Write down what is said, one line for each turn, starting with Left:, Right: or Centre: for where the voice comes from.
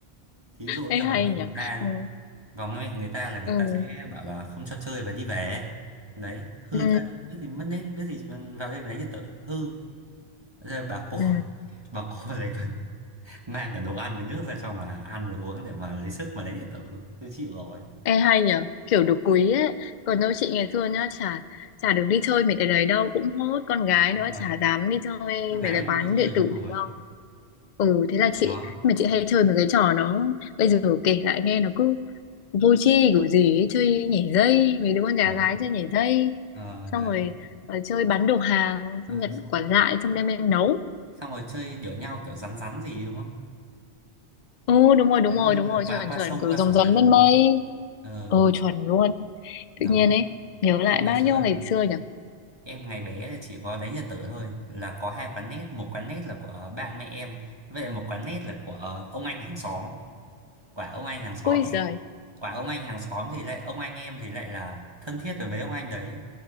Right: thí dụ
Left: Ê
Right: như
Left: hay
Right: vào mẹ
Left: nhở
Right: người ta nhé
Left: ừ.
Right: vào mẹ người ta là người
Left: Ừ.
Right: ta sẽ bảo là không cho chơi và đi về đấy hư
Left: Ừ.
Right: thân biết gì mất nết biết gì mà vào đây mà đánh điện tử hư rồi bà cô
Left: Ừ.
Right: <laughs> bà cô lại còn <laughs> mang cả đồ ăn với nước ra cho mà ăn và uống để mà lấy sức mà đánh điện tử tôi chịu rồi
Left: Ê hay nhở Kiểu được quý ấy Còn đâu chị ngày xưa nhá Chả chả được đi chơi mấy cái đấy đâu Cũng hốt con gái
Right: đúng
Left: nữa
Right: rồi
Left: Chả dám đi chơi
Right: con gái
Left: mấy cái quán
Right: không đi chơi
Left: điện
Right: đúng
Left: tử
Right: rồi
Left: đấy đâu Ừ thế là chị
Right: đó
Left: Mà chị hay chơi mấy cái trò nó Bây giờ kể lại nghe nó cứ Vô tri kiểu gì ấy, chơi nhảy dây mấy đứa con nhà
Right: đó
Left: gái chơi nhảy dây
Right: Ờ,
Left: xong
Right: đấy
Left: rồi ờ, chơi bán đồ hàng
Right: Ờ,
Left: xong nhặt
Right: xong
Left: quả dại xong đem lên nấu
Right: xong rồi chơi đỡ nhau kiểu rắn rắn gì đúng không
Left: ừ đúng rồi đúng
Right: đấy
Left: rồi
Right: xong
Left: đúng
Right: rồi
Left: rồi
Right: qua
Left: chuẩn
Right: qua
Left: chuẩn
Right: sông
Left: kiểu
Right: qua
Left: rồng
Right: sổng
Left: rắn
Right: các
Left: lên
Right: thứ
Left: mây
Right: ờ
Left: ừ chuẩn luôn
Right: đó
Left: tự nhiên ấy nhớ
Right: em
Left: lại
Right: ngày
Left: bao
Right: xưa
Left: nhiêu
Right: là-
Left: ngày xưa nhỉ
Right: em ngày bé là chỉ có đánh Nhật tử thôi là có hai quán nét một quán nét là của bạn mẹ em vậy một quán nét là của ông anh hàng xóm quả ông anh hàng xóm
Left: ôi
Right: thì
Left: giời
Right: quả ông anh hàng xóm thì lại ông anh em thì lại là thân thiết với mấy ông anh đấy